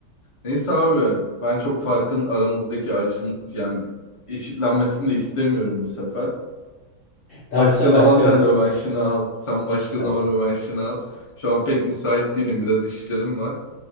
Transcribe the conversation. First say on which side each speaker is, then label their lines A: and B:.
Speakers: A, on the left; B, on the left.
A: Neyse abi ben çok farkın aramızdaki açın yani eşitlenmesini de istemiyorum bu sefer.
B: Tamam
A: Başka
B: bu seferlik
A: zaman sen
B: öyle
A: rövanşını
B: olsun.
A: al. Sen başka
B: Tamam.
A: zaman rövanşını al. Şu an pek müsait değilim. Biraz işlerim var.